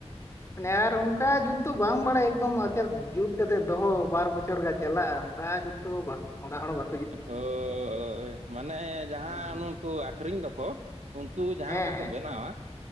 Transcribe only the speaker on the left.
ᱢᱟᱱᱮ ᱟᱨ ᱚᱱᱠᱟ ᱡᱩᱛ ᱫᱚ ᱵᱟᱝ ᱵᱟᱲᱟᱭᱟ ᱮᱠᱫᱚᱢ ᱟᱪᱟᱨ ᱡᱩᱛ ᱠᱟᱛᱮᱫ ᱫᱚᱦᱚ ᱵᱟᱨ ᱵᱚᱪᱷᱚᱨ ᱜᱟᱱ ᱪᱟᱞᱟᱜᱼᱟ᱾ ᱚᱱᱠᱟ ᱡᱩᱛ ᱫᱚ ᱵᱟ ᱚᱲᱟᱜ ᱦᱚᱲ ᱵᱟ
ᱦᱮᱸ
ᱦᱮᱸ